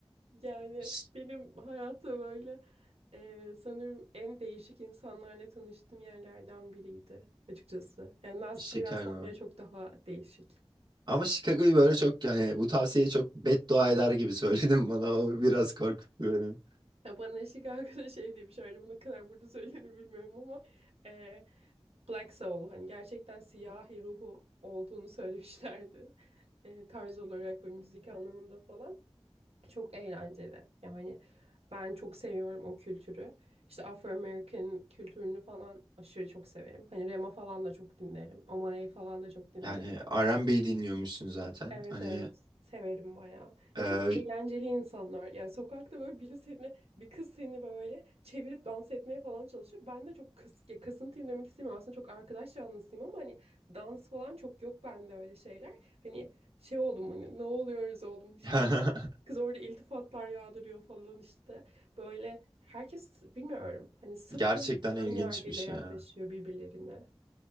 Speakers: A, on the right; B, on the right.
A: Yani
B: Ş-
A: benim hayata böyle e, sanırım en değişik insanlarla tanıştığım yerlerden biriydi açıkçası. Yani Las
B: Chicago.
A: Vegas'tan bile çok daha değişik.
B: Ama Chicago'yu böyle çok yani bu tavsiyeyi çok beddua eder gibi <laughs> söyledim bana. O biraz korkuttu beni.
A: Ya bana <laughs> eşlik arkadaş şey demiş herhalde bu ne kadar burada söylenir bilmiyorum ama e, Black Soul hani gerçekten siyahi ruhu olduğunu söylemişlerdi. E, tarz olarak ve müzik anlamında falan. Çok eğlenceli. Yani ben çok seviyorum o kültürü. İşte Afro-American kültürünü falan aşırı çok severim. Hani Rema falan da çok dinlerim. Omaley falan da çok dinlerim.
B: Yani R&B dinliyormuşsun zaten.
A: Evet
B: Hani
A: evet severim bayağı. Ya
B: Ee,
A: çok eğlenceli insanlar. Yani sokakta böyle biri seni bir kız seni böyle çevirip dans etmeye falan çalışıyor. Ben de çok kıs ya kasıntıyım demek istemiyorum. Aslında çok arkadaş canlısıyım ama hani dans falan çok yok bende öyle şeyler. Hani şey oldum hani ne oluyoruz oldum işte.
B: <laughs>
A: Kız orada iltifatlar yağdırıyor falan işte. Böyle herkes bilmiyorum hani sıfır
B: gerçekten ilginçmiş
A: ön yargıyla yaklaşıyor
B: ya.
A: birbirlerine.